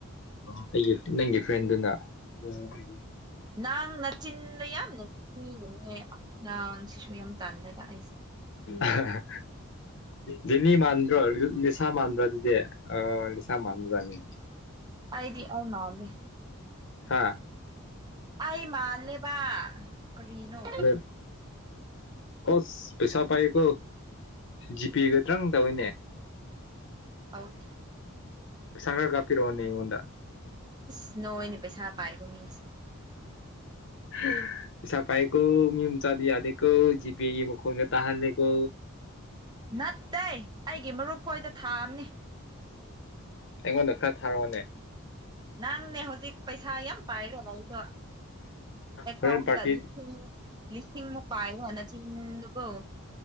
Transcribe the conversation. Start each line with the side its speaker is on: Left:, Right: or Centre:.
Left: ꯑꯩꯒꯤ ꯅꯪꯒꯤ ꯐ꯭ꯔꯦꯟꯗꯨꯅ <unintelligible>
Right: ꯅꯪ ꯅꯆꯤꯟꯗꯨ ꯌꯥꯝꯅ ꯊꯤꯒꯅꯨꯅꯦ <unintelligible> ꯌꯥꯝ ꯇꯜꯂꯦꯗ ꯑꯩ
Left: ꯑꯍꯥ ꯍꯥ ꯖꯦꯅꯤ ꯃꯥꯟꯗ꯭ꯔꯣ ꯂꯤꯁꯥ ꯃꯥꯟꯕ꯭ꯔꯥ ꯑꯗꯨꯗꯤ ꯑꯥ ꯂꯤꯁꯥ ꯃꯥꯟꯕꯖꯥꯠꯅꯤꯅꯦ
Right: ꯑꯩꯗꯤ ꯑꯧꯅꯥꯎꯅꯤ
Left: ꯍꯥꯥ
Right: ꯑꯩ ꯃꯥꯜꯂꯦꯕ ꯀꯔꯤꯅꯣ
Left: ꯂꯦꯞ ꯑꯣꯁ ꯄꯩꯁꯥ ꯄꯥꯏꯑꯦꯀꯣ ꯖꯤꯄꯦꯒ ꯇ꯭ꯔꯪ ꯇꯧꯏꯅꯦ
Right: ꯇꯧꯗꯦ
Left: ꯄꯩꯁꯥ ꯈꯔ ꯀꯥꯄꯤꯔꯣꯅꯦ ꯑꯩꯉꯣꯟꯗ
Right: ꯏꯁ ꯅꯣꯏꯅꯥ ꯄꯩꯁꯥ ꯄꯥꯏꯕ ꯃꯤꯁꯤ <inaudible>
Left: ꯍꯥ ꯄꯩꯁꯥ ꯄꯥꯏꯑꯌꯦꯀꯣ ꯃꯤꯃꯆꯥꯥꯗꯤ ꯌꯥꯗꯦꯀꯣ ꯖꯤꯄꯦꯒꯤ ꯃꯈꯣꯡꯒ ꯇꯥꯍꯜꯂꯦꯀꯣ
Right: ꯅꯠꯇꯦ ꯑꯩꯒꯤ ꯃꯔꯨꯞ ꯈꯣꯏꯗ ꯊꯥꯕꯅꯤ
Left: ꯑꯩꯉꯣꯟꯗ ꯈꯔ ꯊꯥꯔꯛꯑꯣꯅꯦ
Right: ꯅꯪꯅꯦ ꯍꯧꯖꯤꯛ ꯄꯩꯁꯥ ꯌꯥꯝ ꯄꯥꯏꯔꯣ ꯂꯩꯗꯣ ꯑꯦꯀꯥꯎꯟ
Left: ꯍꯣꯔꯦꯟ ꯄꯥꯔꯇꯤ
Right: ꯇ ꯂꯤꯁꯤꯡ ꯂꯤꯁꯤꯡꯃꯨꯛ ꯄꯥꯏꯕ ꯅꯆꯤꯟꯗꯨꯀꯣ